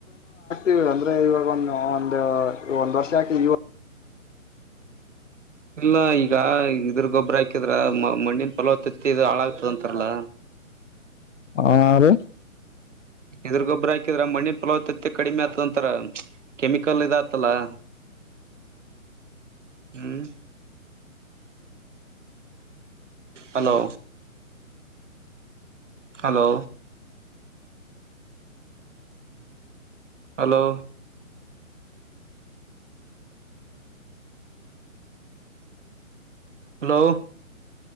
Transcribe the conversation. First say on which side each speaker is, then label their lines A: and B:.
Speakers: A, on the left; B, on the right.
A: ಇವ ಅಂದ್ರೆ ಇವಾಗ ಒಂದು ಒಂದು ಒಂದ್ ವರ್ಷ ಹಾಕಿ
B: ಇಲ್ಲ ಈಗ ಇದ್ರ ಗೊಬ್ಬ್ರ ಹಾಕಿದ್ರ ಮ ಮಣ್ಣಿನ ಫಲಾವತ್ತತಿ ಹಾಳಾಗ್ತದ ಅಂತಾರಲ್ಲ
A: ಹ
B: ಇದ್ರಗೊಬ್ಬ್ರ ಹಾಕಿದ್ರ ಮಣ್ಣಿನ ಫಲಾವತ ಕಡಿಮೆ ಆತಂತರ ಕೆಮಿಕಲ್ ಇದ ಆತಲ್ಲ ಹ್ಮ್ ಹಲೋ ಹಲೋ. ಹಲೋ. ಹಲೋ.